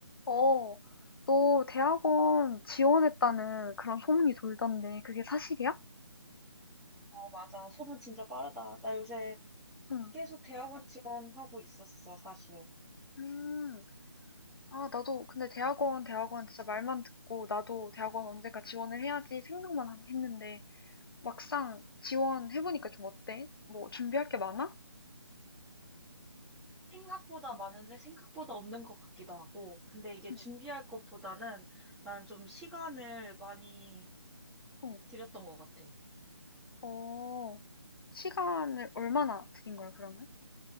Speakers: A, on the left (about 55°); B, in the centre.
A: 어, 너 대학원 지원했다는 그런 소문이 돌던데 그게 사실이야?
B: 어, 맞아. 소문 진짜 빠르다. 나 요새
A: 응.
B: 계속 대학원 지원하고 있었어, 사실.
A: 음, 아, 나도, 근데 대학원, 대학원 진짜 말만 듣고, 나도 대학원 언젠가 지원을 해야지 생각만 한- 했는데, 막상 지원해보니까 좀 어때? 뭐, 준비할 게 많아?
B: 생각보다 많은데 생각보다 없는 것 같기도 하고. 근데 이게
A: 응.
B: 준비할 것보다는 나는 좀 시간을 많이
A: 어,
B: 들였던 것 같아.
A: 어, 시간을 얼마나 드린 거야, 그러면?